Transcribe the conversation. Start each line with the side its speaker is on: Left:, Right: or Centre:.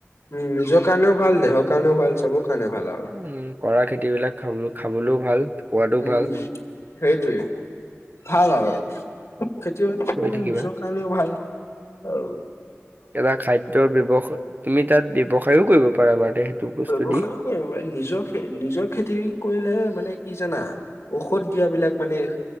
Left: উম নিজৰ কাণেও ভাল দেহৰ কাৰণেও ভাল চব কাৰণে, ভাল আৰু।
Right: উম কৰা খেতিবিলাক খাব খাবলৈও ভাল সোৱাদো
Left: উম
Right: ভাল
Left: সেইটোৱে ভাল আৰু খেতি বাতি কৰিলে
Right: কৰি থাকিবা।
Left: নিজৰ কাৰণেও ভাল অ
Right: এটা খাদ্যৰ ব্যৱ, তুমি তাত ব্যৱসায়ও কৰিব পাৰা বাৰু। দে সেইটো বস্তু
Left: ব্যৱসায়ো
Right: দি।
Left: কৰে মান নিজৰ খে নিজৰ খেতি কৰিলে মানে কি জানা ঔষধ দিয়াবিলাক মানে